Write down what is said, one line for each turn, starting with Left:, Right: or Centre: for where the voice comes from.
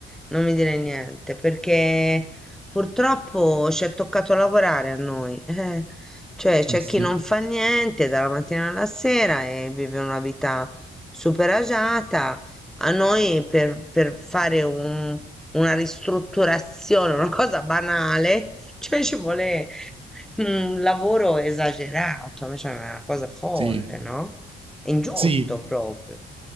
Centre: non mi dire niente, perché purtroppo ci è toccato lavorare a noi. <laughs> eh. Cioè, c'è
Right: Eh sì.
Centre: chi non fa niente dalla mattina alla sera e vive una vita super agiata A noi per, per fare un- una ristrutturazione, una cosa banale, <laughs> cioè ci vuole un lavoro esagerato, cioè una cosa folle,
Right: Sì,
Centre: no? È ingiusto
Right: sì,
Centre: proprio.